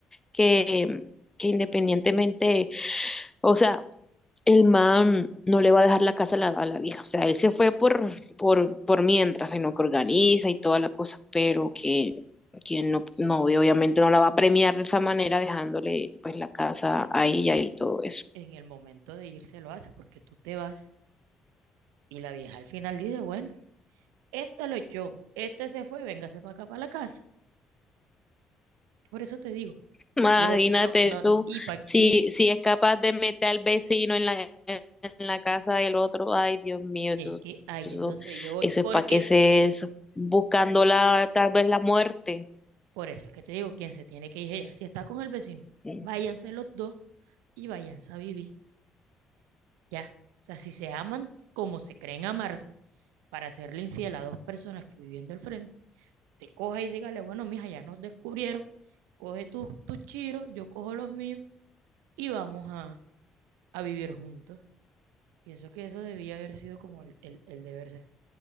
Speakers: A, on the left; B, on the right.
A: que, que independientemente, o sea, el man no le va a dejar la casa a la, a la vieja, o sea, él se fue por, por, por mientras, sino que organiza y toda la cosa, pero que, que no, no, y obviamente no la va a premiar de esa manera dejándole pues la casa
B: Es
A: a
B: que
A: ella y todo eso.
B: en el momento de irse lo haces porque tú te vas y la vieja al final dice, bueno. Este lo echó, este se fue, véngase para acá, para la casa. Por eso te digo,
A: Imagínate
B: yo, yo, no, no,
A: tú,
B: y, pa-
A: si,
B: y
A: si es capaz de meter al vecino en la, en la casa del otro, ay Dios mío, eso,
B: es que ahí
A: eso,
B: es donde yo voy,
A: eso
B: porque
A: es para qué se eso, buscando la, tal vez la muerte.
B: por eso es que te digo, quien se tiene que ir es ella. Si está con el vecino,
A: Mm.
B: váyanse los dos y váyanse a vivir, ya. O sea, si se aman como se creen amarse, para hacerle infiel a dos personas que viviendo al frente, te coja y dígale, bueno, mija, ya nos descubrieron, coge tus tus chiros, yo cojo los míos y vamos a, a vivir juntos. Pienso que eso debía haber sido como el, el, el deber ser.